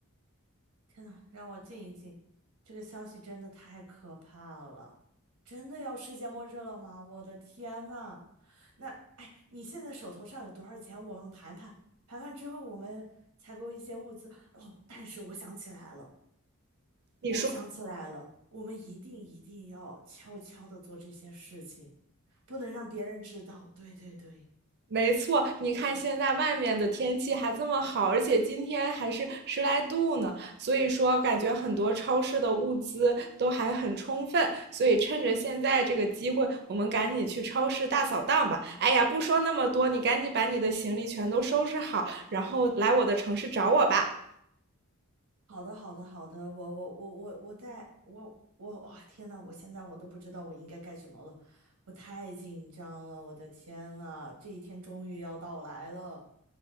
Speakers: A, on the right; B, on the right.
A: 天呐，让我静一静，这个消息真的太可怕了，真的要世界末日了吗？我的天呐！那哎，你现在手头上有多少钱？我们盘盘，盘盘之后我们采购一些物资。哦，但是我想起来了，
B: 你说。
A: 我想起来了，我们一定一定要悄悄的做这些事情，不能让别人知道。对对对，
B: 没错，你看现在外面的天气还这么好，而且今天还是十来度呢，所以说感觉很多超市的物资都还很充分，所以趁着现在这个机会，我们赶紧去超市大扫荡吧。哎呀，不说那么多，你赶紧把你的行李全都收拾好，然后来我的城市找我吧。
A: 好的好的好的，我我我我我在我我哇、天呐，我现在我都不知道我应该干什么了，我太紧张了，我的天呐，这一天终于要到来了。